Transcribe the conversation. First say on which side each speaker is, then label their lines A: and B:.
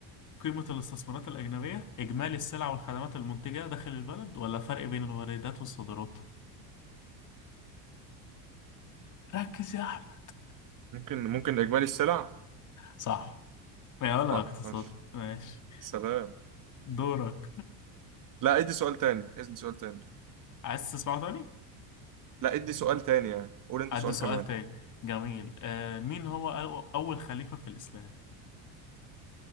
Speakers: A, on the left; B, on the right.
A: قيمة الاستثمارات الأجنبية إجمالي السلع والخدمات المنتجة داخل البلد ولا فرق بين الواردات والصادرات ركز يا أحمد
B: ممكن ممكن إجمالي السلع؟
A: صح يا ولا
B: صح
A: اقتصادي
B: ماشي
A: ماشي
B: سلام
A: دورك
B: لا ادي سؤال تاني ادي سؤال تاني
A: <laughs> عايز تسمعه تاني؟
B: لا ادي سؤال تاني يعني قول انت
A: أدي
B: سؤال
A: سؤال
B: كمان
A: تاني جميل آه مين هو أو- أول خليفة في الإسلام؟